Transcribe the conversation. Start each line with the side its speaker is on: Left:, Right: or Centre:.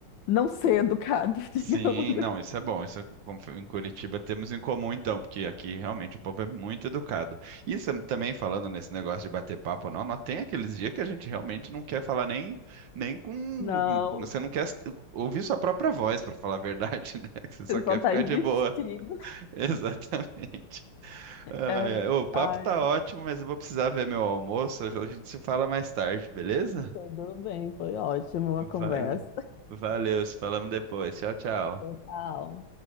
Left: não ser educado, <laughs> digamos.
Right: Sim, não, isso é bom. Isso é com- em Curitiba temos em comum, então, porque aqui realmente o povo é muito educado. Isso é- também falando nesse negócio de bater papo, não, nós tem aqueles dias que a gente realmente não quer falar nem, nem com.
Left: Não,
Right: Você não quer s- ouvir sua própria voz, para falar a verdade, né? <laughs> Que Você só
Left: você
Right: quer
Left: só
Right: ficar
Left: tá existindo.
Right: de boa. <laughs> Exatamente. Ai,
Left: É.
Right: ai, O papo
Left: Ai,
Right: tá ótimo, mas eu vou precisar ver meu almoço. A gente se fala mais tarde, beleza?
Left: tudo bem, foi ótimo a
Right: Vale,
Left: conversa.
Right: valeu, se falamos depois. Tchau, tchau.
Left: Total.